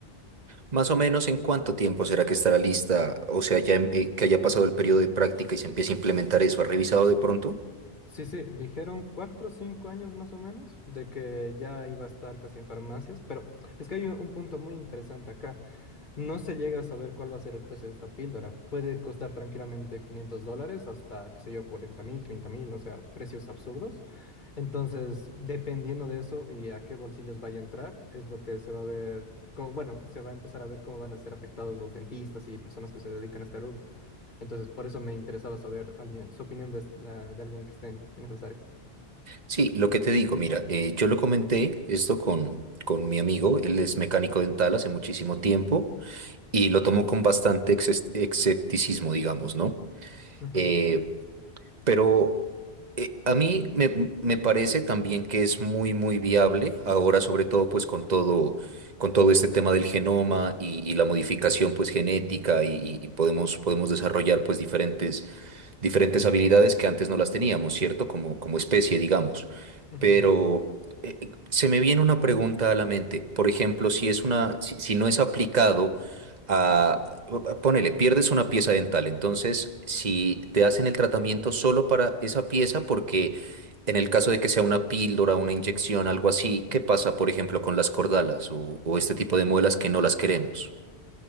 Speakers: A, on the right; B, on the left.
A: Más o menos en cuánto tiempo será que estará lista, o sea, ya em- eh, que haya pasado el periodo de práctica y se empiece a implementar eso, ¿has revisado de pronto?
B: Sí, sí, dijeron cuatro o cinco años más o menos de que ya iba a estar casi en farmacias, pero es que hay un un punto muy interesante acá. No se llega a saber cuál va a ser el precio de esta píldora. Puede costar tranquilamente 500 dólares hasta, qué sé yo, 40 mil, 30 mil, o sea, precios absurdos. Entonces, dependiendo de eso y a qué bolsillos vaya a entrar, es lo que se va a ver, como, bueno, se va a empezar a ver cómo van a ser afectados los dentistas y personas que se dedican a este rubro. Entonces, por eso me interesaba saber alguien, su opinión de, es- eh, de alguien que esté en en esas áreas.
A: Sí, lo que te digo, mira, eh, yo lo comenté esto con, con mi amigo, él es mecánico dental hace muchísimo tiempo y lo tomó con bastante exes- escepticismo, digamos, ¿no?
B: Ujú,
A: Eh, pero eh, a mí me, me parece también que es muy, muy viable ahora, sobre todo pues con todo, con todo este tema del genoma y, y la modificación pues genética y, y- y podemos, podemos desarrollar pues diferentes diferentes habilidades que antes no las teníamos, ¿cierto? Como, como especie, digamos.
B: ujú.
A: Pero eh, se me viene una pregunta a la mente. Por ejemplo, si es una, si, si no es aplicado a, ponele, pierdes una pieza dental. Entonces, si te hacen el tratamiento solo para esa pieza, porque en el caso de que sea una píldora, una inyección, algo así, ¿qué pasa, por ejemplo, con las cordalas o, o este tipo de muelas que no las queremos?